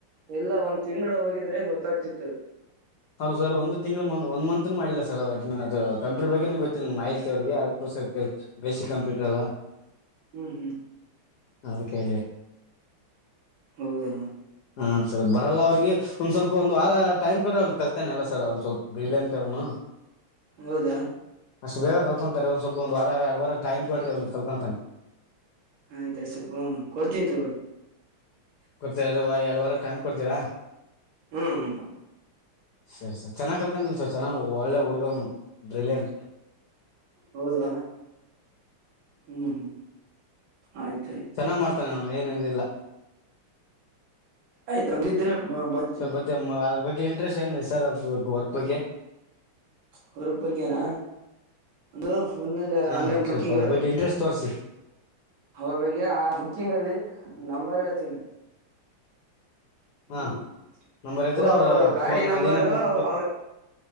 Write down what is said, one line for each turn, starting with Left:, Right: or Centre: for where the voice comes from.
Right: ಎಲ್ಲ ಒಂದ್ ತಿಂಗಳು ಹೋಗಿದ್ರೆ ಗೊತ್ತಾಗತ ಚತ್
Left: ಹೌ್ರ ಸರ್ ಒಂದು ತಿಂ ಒನ್ ಮಂತ್ ಮಾಡಿಲ್ಲ ಸರ್ ಅವ ಅದು ಕಂಪ್ಯೂಟರ್ ಬಗ್ಗೆ ಗೊತ್ತಿಲ್ಲ ಆಹಿತಿ ಅವ್ರಿಗೆ ಅದಕ್ಕರ್ ಕಂಪ್ಯೂಟರ್ ಅಲ್ಲಾ
Right: ಹ್ಮ್ ಹ್ಮ್
Left: ಅದಕ್ಕೆ
Right: ಹೌದಾ
Left: ಹಾಂ ಸರ್ ಬರಲ್ಲ ಅವ್ರಿಗೆ ಒಂದು ಸ್ವಲ್ಪ ಒಂದು ವಾರ ಟೈಮ್ ಕೊಡರೆ ಅವನು ಕಲ್ಿತಾನೆ ಅಲ್ಲ ಸರ್ ಅವ್ನು ಸ್ವಲ್ಪ ಬಿೀಲಿ ಅಂತ ಅವನು
Right: ಹೌದಾ
Left: ಅಷ್ಟು ಬೇಗ ಕಲ್ಕೊಂತಾರೆ ಒಂದ್ ಸ್ವಲ್ಪ ಒಂದ ವಾರ ಎರಡ್ ವಾರ ಟೈಮ್ ಕೊಡ್ರೆ ಅವ್ನ್ ಕಲ್ಕೊಂತಾನೆ
Right: ಆಯ್ತಾಯ ಸ್ವಲ್ಪ ಹ ಕೊಡ್ತೀನ್ಿ ತ
Left: ಕೊಡ್ತ ಎರಡು ಎರಡು ವಾರ ಟೈಮ್ ಕೊಡ್ತೀರಾ
Right: ಹ್ಮ್ ಹ್ಮ್
Left: ಸರಿ ಸರ್ ಚೆನ್ನಾಗ್ ಕಲ್ಕಂತನ ಸರ್ ಚನ್ನಾಗ್ ಒಳ್ಳೆ ಹುಡುಗವ್ನು ಡ್ರಿಲಿಯಂಟ್
Right: ಹೌದಾ ಹ್ಮ್ ಹ್ಮ್ ಆಯ್ತು
Left: ಚೆನ್ನಾಗ್ ಮಾಡ್ತಾನೆ ಅವನು ಏನಿಲ್ಲ
Right: ಆಯ್ತು ಹಂಗಿದ್ರೆ ಬಂತೀವಿ
Left: ಸರ್ ಮತ್ತೆ ಅದ್ರ ಬಗ್ಗೆ ಇಂಟ್ರೆಸ್ಟ್ ಏನಿದೆ ಸರ್ ಅದ ವರ್ಕ್ ಬಗ್ಗೆ
Right: ಹೊರಕ್ ಬಕಾರ ಒಂದು ಒಂದಲ್ಲಿ
Left: ಹಾ
Right: ಆನ್ಲೈನ್ ಬುಕ್ಕಿಂಗ್
Left: ಸ್ವಲ್ಪ ಅದ್ರ ಬಗ್ಗೆ ಇಂಟ್ರೆಸ್ಟ್ ತೋರಿಸಿ
Right: ಅವ್ರ ಬಗ್ಗೆ ಆ ಬುಕ್ಕಿಂಗ್ ಅಲ್ಲಿ ನಂಬರ್ ಹೇತ
Left: ಹಾ
Right: ಹ್ಮ್
Left: ನಂಬರ್ ಇದ್ರೆ
Right: ಓ
Left: ಅವ್ರ
Right: ಅವ ಗಾಡಿ
Left: ಫೋನ್
Right: ನಂಬರ್
Left: ಅದೇನೋ ಬುಕ್
Right: ಅವರು